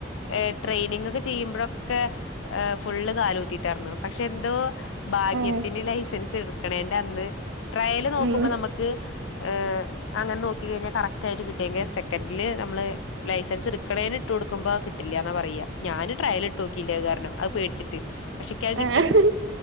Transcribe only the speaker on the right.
ഉം
ഉം
ഏഹ്